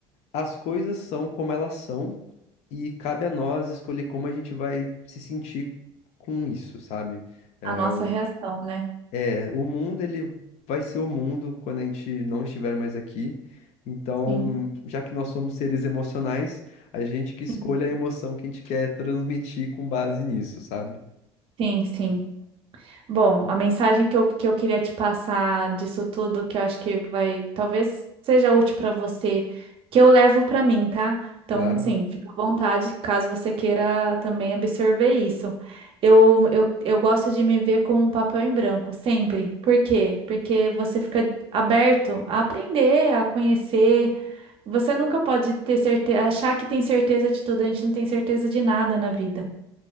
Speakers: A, on the left (about 65°); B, on the right (about 50°).
A: as coisas são como elas são e cabe a nós escolher como a gente vai se sentir com isso, sabe? É,
B: A nossa
A: o
B: reação, né?
A: é, o mundo, ele vai ser o mundo quando a gente não estiver mais aqui. Então,
B: Sim,
A: já que nós somos seres emocionais, a gente que escolhe
B: sim,
A: a emoção que a gente quer transmitir com base nisso, sabe?
B: sim. sim. Bom, a mensagem que eu, que eu queria te passar disso tudo, que eu acho que vai, talvez seja útil para você, que eu levo para mim, tá? Então,
A: Claro.
B: sim, fica à vontade, caso você queira também absorver isso. Eu, eu, eu gosto de me ver como um papel em branco, sempre. Por quê? Porque você fica aberto a aprender, a conhecer. Você nunca pode ter certeza, achar que tem certeza de tudo, a gente não tem certeza de nada na vida.